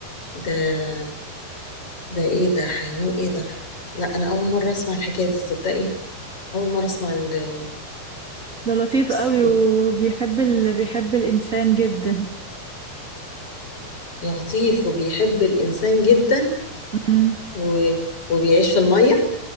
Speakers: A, on the left (about 35°); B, on the right (about 30°).
A: ده ده ايه ده حيوان ايه ده لا انا اول مره اسمع الحكايه دي تصدقي اول مره اسمع ال-
B: ده لطيف
A: الس-
B: أوي وبيحب ال... بيحب الإنسان جدا
A: لطيف وبيحب الانسان جدا
B: أمم.
A: و... وبيعيش في الميه